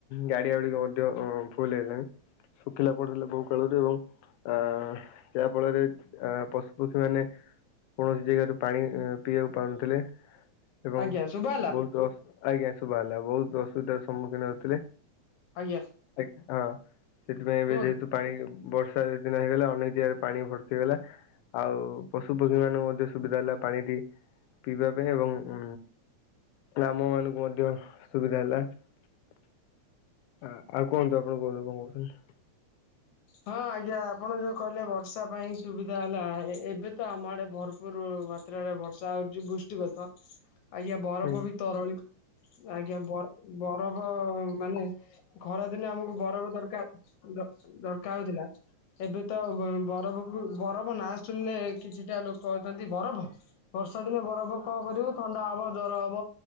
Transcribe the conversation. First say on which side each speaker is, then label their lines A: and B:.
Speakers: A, on the left (about 85°); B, on the left (about 65°).
A: ଗାଡିଆ ଗୁଡିକ ମଧ୍ୟ ଫୁଲ ହେଲାଣି, ଶୁଖିଲା ପଡିଥିଲା ବହୁ କାଳରୁ ଏବଂ ଅ ଯାହା ଫଳରେ ଆ ପଶୁ ପକ୍ଷୀ ମାନେ କୌଣସି ଜାଗାରୁ ପାଣି ପିଇବାକୁ ପାଉନଥିଲେ। ଏବଂ
B: ଆଜ୍ଞା ଶୁଭା ହେଲା
A: ବହୁତ ଆଜ୍ଞା ଶୁଭା ହେଲା ବହୁତ ଅସୁବିଧାର ସମ୍ମୁଖୀନ ହଉଥିଲେ,
B: ଆଜ୍ଞା
A: ଆ ହଁ ସେଥିପାଇଁ ଏବେ
B: କୁହ
A: ଯେହେତୁ ପାଣି ବର୍ଷା ଦି ଦିନ ହେଇଗଲା, ଅନେକ ଜାଗାରେ ପାଣି ଭର୍ତ୍ତି ହେଇଗଲା। ଆଉ ପଶୁ ପକ୍ଷୀ ମାନଙ୍କୁ ମଧ୍ୟ ସୁବିଧା ହେଲା ପାଣିଟି ପିଇବା ପାଇଁ ଏବଂ ଉ ଆମ ମାନଙ୍କୁ ମଧ୍ୟ ସୁବିଧା ହେଲା। ଆ ଆଉ କୁହନ୍ତୁ? ଆପଣ କୁହନ୍ତୁ କଣ କହୁଛନ୍ତି?
B: ହଁ ଆଜ୍ଞା ଆପଣ ଯୋଉ କହିଲେ ବର୍ଷା ପାଇଁ ସୁବିଧା ହେଲା, ଏବେ ତ ଆମ ଆଡେ ଭରପୁର ମାତ୍ରାରେ ବର୍ଷା ହଉଛି ବୃଷ୍ଟିପାତ। ଆଜ୍ଞା ବରଫ
A: ହୁଁ।
B: ବି ତରଳି ଆଜ୍ଞା ବରଫ ମାନେ ଖରାଦିନେ ଆମକୁ ବରଫ ଦରକାର। କାଉଥିଲା। ସେଠୁ ତ ବରଫକୁ, ବରଫ ନାଁ ଶୁଣିଲେ କିଛିଟା ଲୋକ ଅଛନ୍ତି ବରଫ ବର୍ଷା ଦିନେ ବରଫ କଣ କରିବୁ? ଥଣ୍ଡା ହବ, ଜର ହବ,